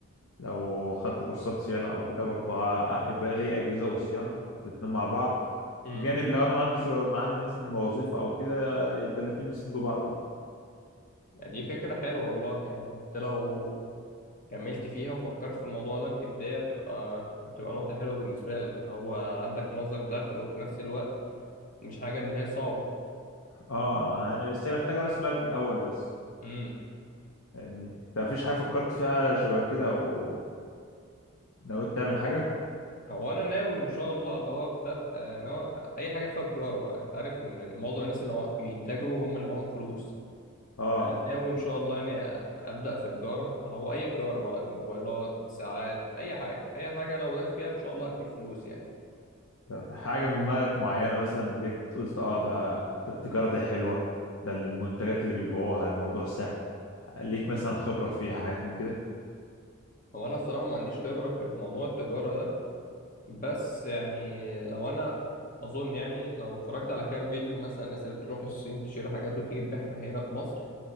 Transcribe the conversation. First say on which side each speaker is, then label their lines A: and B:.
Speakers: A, on the left (about 80°); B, on the left (about 40°).
A: لو خدت كورسات صيانة أو كده برضه ه- يبقى إيه أجهزة وصيانة الاتنين مع بعض
B: امم
A: وجانب لو أنا ما عنديش ما عندي مثلا وظيفة أو كده يبقى الاتنين بيسندوا بعض كده.
B: يعني دي فكرة حلوة والله يعني انت لو كملت فيها وفكرت في الموضوع ده بجدية تبقى هتبقى نقطة حلوة بالنسبة لك اللي هو عندك مصدر دخل وفي نفس الوقت مش حاجة إن هي صعبة
A: اه يعني بس هي محتاجة رأس مال في الأول بس
B: امم
A: فاهمني أنت مفيش حاجة فكرت فيها شبه كده أو نويت تعمل حاجة؟
B: هو أنا ناوي إن شاء الله اللي هو أبدأ آه، ناوي أي حاجة فيها تجارة بقى أنت عارف إن معظم الناس اللي مع- بيتاجروا هم اللي معاهم فلوس
A: اه
B: أنا ناوي إن شاء الله إني أبدأ في تجارة اللي هو أي تجارة بقى موبايلات ساعات أي حاجة أي حاجة لو بدأت فيها إن شاء الله هتجيب فلوس يعني
A: طب حاجة من دماغك معينة مثلا جيت قلت اه ده ده التجارة دي حلوة ده المنتجات اللي بيبيعوها الموضوع سهل ليك مثلا خبرة فيها حاجات من كده؟
B: هو أنا الصراحة ما عنديش خبرة في الموضوع التجارة ده بس يعني لو انا اظن يعني لو اتفرجت على كام فيديو مثلا الناس اللي بتروح الصين تشيل حاجات وتيجي تبيعها هنا في مصر